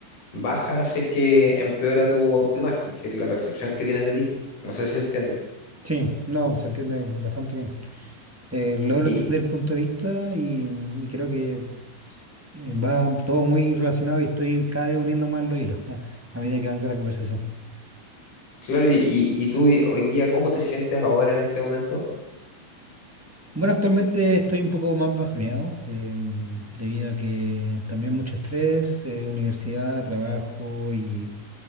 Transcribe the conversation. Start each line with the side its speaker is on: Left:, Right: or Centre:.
Left: baja si es que empeora tu autoimagen, que es la percepción que tienes de ti. No sé si se entiende.
Centre: Sí, no, se entiende bastante bien. Eh, logro
Left: Y
Centre: entender el punto de vista y, y creo que eh, va todo muy relacionado y estoy cada vez uniendo más los hilos a, a medida que avanza la conversación.
Left: claro, y, y- y tú y- hoy día, ¿cómo te sientes ahora en este momento?
Centre: Bueno, actualmente estoy un poco más bajoneado em, debido a que también mucho estrés, eh, universidad, trabajo y,